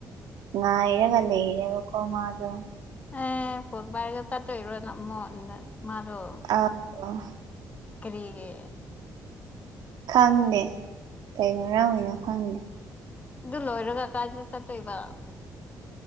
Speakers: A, on the right; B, on the left.
A: ꯉꯥꯏꯔꯒ ꯂꯩꯔꯤꯅꯦꯕꯀꯣ ꯃꯥꯗꯨ
B: ꯑꯦ ꯐꯣꯟ ꯄꯥꯏꯔꯒ ꯆꯠꯇꯣꯏꯔꯣꯅ ꯃꯣꯟ ꯃꯥꯗꯣ
A: ꯑꯥ ꯑꯣ
B: ꯀꯔꯤꯒꯤ
A: ꯈꯪꯗꯦ ꯀꯩ ꯃꯔꯝꯒꯤꯅꯣ ꯈꯪꯗꯦ
B: ꯑꯗꯨ ꯂꯣꯏꯔꯒ ꯀꯥꯏꯗ ꯆꯠꯇꯣꯏꯕ